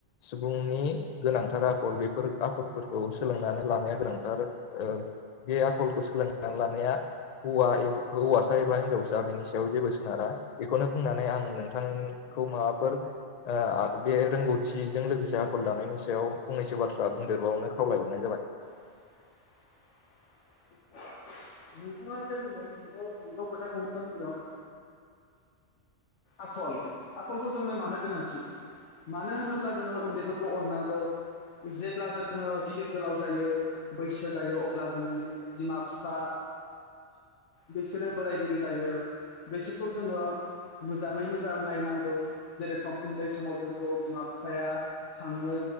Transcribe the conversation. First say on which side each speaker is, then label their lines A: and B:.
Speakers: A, on the left; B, on the left.
A: सुबुंनि गोनांथार आखल बेफोर आखलफोरखौ सो- सोलोंनानै लानाया गोनांथार, ओ बे आखलखौ सोलोंनानै लानाया हौवा एबा हौवासा एबा हिनजावसा बिनि सायाव जेबो सोनारा बेखौनो बुंनानै आं नोंथां- खौ माबाफोर ओ बे रोंगौथिजों लोगोसे आखल दानायनि सायाव फंनैसो बाथ्रा बुंदेरबावनो खावलायहरनाय जा- बाय
B: <inaudible> नोंथाङा जे बुंदों नोंगौ नोंगौ खोथाखौनो बुंदों आखल आखलखौ जोंनो मानो गोनांथि मानो होनोब्ला जोङो उन्दैफोरखौ अननांगौ जेब्ला जोङो गिदिर गोलाव जायो बैसो जायो अब्ला जोंनि बिमा बिफा बिसोरो बोराय बुरि जायो बिसोरखौ जोङो मोजाङै मोजां नायनांगौ जेरेखम उन्दै समाव जोंख' बिमा बिफाया खाङो